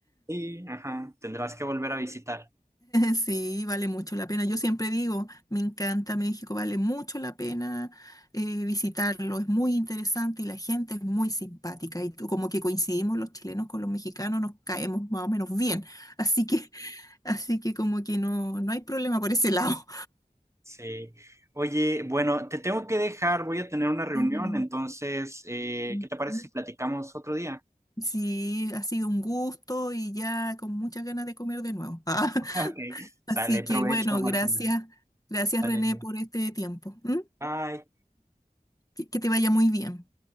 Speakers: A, on the right; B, on the left.
A: Sí, ajá, tendrás que volver a visitar.
B: Sí, vale mucho la pena. Yo siempre digo, me encanta México, vale mucho la pena eh, visitarlo, es muy interesante y la gente es muy simpática. Y tú- como que coincidimos los chilenos con los mexicanos, nos caemos más o menos bien. Así que, <laughs> así que como que no, no hay problema por ese lado.
A: Sí. Oye, bueno, te tengo que dejar, voy a tener una reunión,
B: Sí,
A: entonces, eh,
B: <laughs>
A: ¿qué te parece
B: ujú.
A: si platicamos otro día?
B: sí, ha sido un gusto y ya con muchas ganas de comer de nuevo. <laughs>
A: Ok, sale
B: Así que
A: provecho,
B: bueno,
A: Marcelo.
B: gracias, gracias
A: Sale,
B: René por este tiempo. ¿m?
A: Bye.
B: Que, que te vaya muy bien.